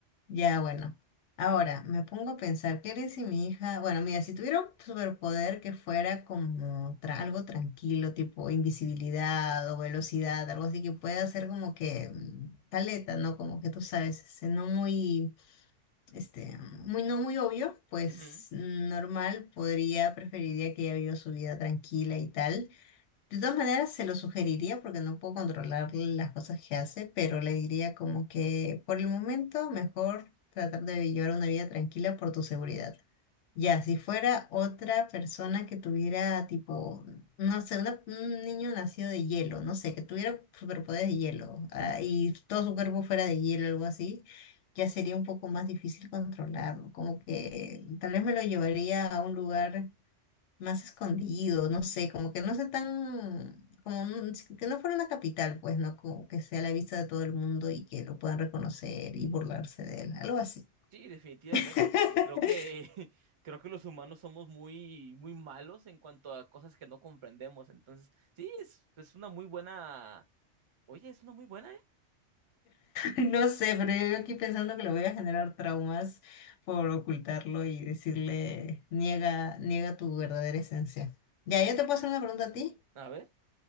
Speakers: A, on the left (about 85°); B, on the right (about 40°).
A: Ya, bueno. Ahora, me pongo a pensar, ¿qué haría si mi hija, bueno, mira, si tuviera un superpoder que fuera como tra- algo tranquilo, tipo invisibilidad o velocidad, algo así que pueda ser como que mm, caleta, ¿no? Como que tú sabes, este, no muy, este, muy, no muy obvio, pues
B: Ujú.
A: mm, normal, podría, preferiría que ella viva su vida tranquila y tal. De todas maneras, se lo sugeriría porque no puedo controlar las cosas que hace, pero le diría como que por el momento mejor tratar de llevar una vida tranquila por tu seguridad. Ya, si fuera otra persona que tuviera tipo, no sé, una- un niño nacido de hielo, no sé, que tuviera superpoderes de hielo, ah, y todo su cuerpo fuera de hielo, algo así, ya sería un poco más difícil controlarlo. Como que tal vez me lo llevaría a un lugar más escondido, no sé, como que no sea tan, como un- sí, que no fuera una capital, pues, ¿no? Como que sea a la vista de todo el mundo y que lo puedan reconocer y burlarse de él, algo así.
B: Sí, definitivamente,
A: <laughs>
B: porque creo que <laughs> creo que los humanos somos muy muy malos en cuanto a cosas que no comprendemos. Entonces, sí, es, es una muy buena. Oye, es una muy buena, ¿eh?
A: No sé, pero yo aquí pensando que le voy a generar traumas por ocultarlo y decirle, niega, niega tu verdadera esencia. Ya, yo te puedo hacer una pregunta a ti.
B: A ver.